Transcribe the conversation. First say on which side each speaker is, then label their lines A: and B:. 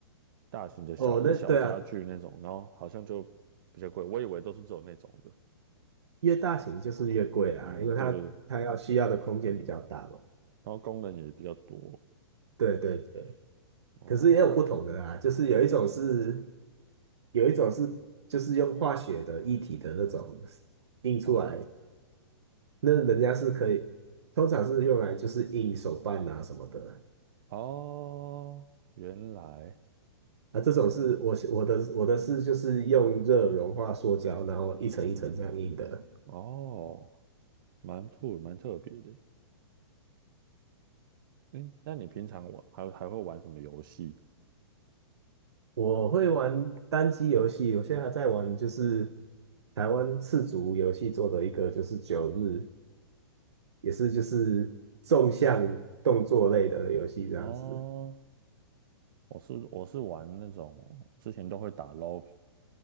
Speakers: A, on the right; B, on the right.
A: 大型的小小家具那种，
B: 哦，那对啊，
A: 然后好像就比较贵，我以为都是只有那种的。
B: 越大型就是越贵啊，
A: 嗯，
B: 因为它它要需要的空间比较大嘛。
A: 对对对，然后功能也比较多。
B: 对对对，
A: 哦
B: 可是也有不同的啊，就是有一种是有一种是就是用化学的液体的那种印出来，
A: 啊
B: 那人家是可以，通常是用来就是印手办啊什么的。
A: 哦，原来
B: 啊，这种是我我的我的是就是用热融化塑胶，然后一层一层这样印的。
A: 哦，蛮酷，蛮特别的。嗯，那你平常玩还还会玩什么游戏？
B: 我会玩单机游戏，我现在还在玩，就是台湾赤足游戏做的一个，就是九日，也是就是纵向动作类的游戏这样子。
A: 哦，我是我是玩那种之前都会打 LO，